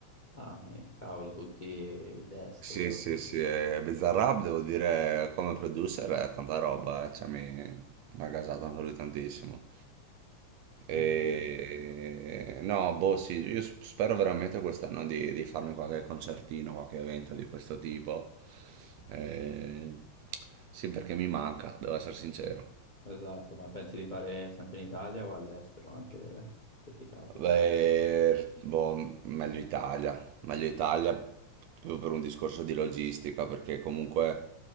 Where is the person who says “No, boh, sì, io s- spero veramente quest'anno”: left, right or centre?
Right